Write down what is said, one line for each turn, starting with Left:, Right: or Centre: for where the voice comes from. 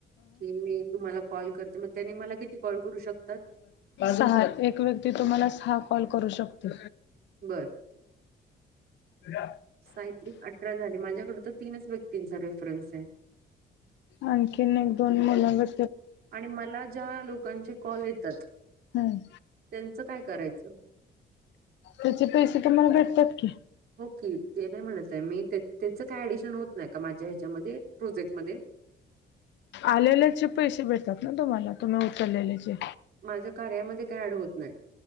Right: की मी तुम्हाला कॉल करते, मग त्याने मला किती कॉल करू शकतात?
Left: सहा. एक व्यक्ती तुम्हाला सहा कॉल करू शकते.
Right: बर.
Left: उद्या.
Right: साहित्रीक अठरा झाली माझ्याकड तर तीनच व्यक्तींचा रेफरन्स आहे.
Left: आणखीन एक, दोन मुलावर
Right: आणि मला ज्या लोकांचे कॉल येतात
Left: हम्म.
Right: त्यांचं काय करायचं?
Left: त्याचे पैसे तुम्हाला भेटतात की.
Right: हो की ते नाही म्हणत आहे मी त्याच काय ऍडिशन होत नाही का माझ्या ह्याच्यामध्ये प्रोजेक्टमध्ये?
Left: आलेल्याचे पैसे भेटतात ना तुम्हाला, तुम्ही उचललेल्या चे.
Right: माझ्या कार्यामध्ये काय ऍड होत नाही?